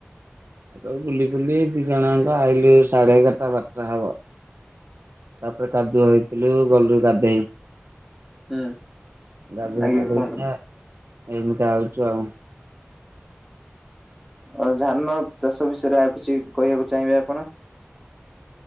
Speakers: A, on the right; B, in the centre.
A: ତ ବୁଲି ବୁଲି ଦି ଜଣାଆଙ୍କ ଆଇଲୁ ସାଢେ ଏଗାରଟା ବାରଟା ହବ। ତାପରେ କାଦୁଅ ହେଇଥିଲୁ ଗଲୁ ଗାଧେଇ।
B: ହୁଁ
A: ଗାଧେଇ
B: ଆଜ୍ଞା
A: ପାଦେଇ
B: କୁହନ୍ତୁ।
A: କା ଏଇନିକା ଆଉଛୁ ଆଉ।
B: ଆ ଧାନ ଚାଷ ବିଷୟରେ ଆଉ କିଛି କହିବାକୁ ଚାହିଁବେ ଆପଣ?